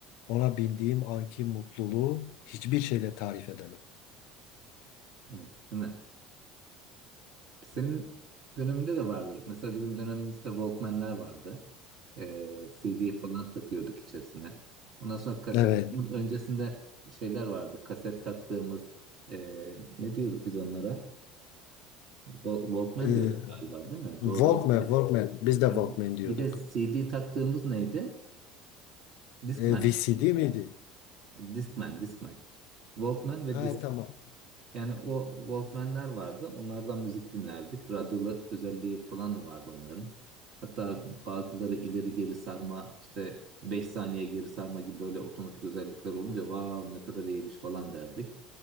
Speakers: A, on the left (about 70°); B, on the right (about 50°).
A: ona bindiğim anki mutluluğu hiçbir şeyle tarif edemem.
B: Evet. Değil mi? Senin döneminde de vardır. Mesela bizim dönemimizde Walkman'ler vardı. Ee, CD falan takıyorduk içerisine. Ondan sonra kaset,
A: Evet.
B: bunun öncesinde şeyler vardı. Kaset taktığımız ee, ne diyorduk biz onlara? Wa- Walkman
A: Ee,
B: diyorduk galiba değil mi?
A: Walkman,
B: Doğru. Bir,
A: Walkman. Biz de Walkman
B: yani
A: diyorduk.
B: bir de CD taktığımız neydi? Discman
A: Ee,
B: miydi?
A: VCD
B: bu?
A: miydi?
B: Discman, Discman. Walkman ve
A: Ha
B: Discman.
A: tamam.
B: Yani o Walkman'ler vardı. Onlardan müzik dinlerdik. Radyolu özelliği falan da vardı onların. Hatta bazıları ileri geri sarma işte 5 saniye geri sarma gibi böyle otomatik özellikler olunca vav ne kadar iyiymiş falan derdik.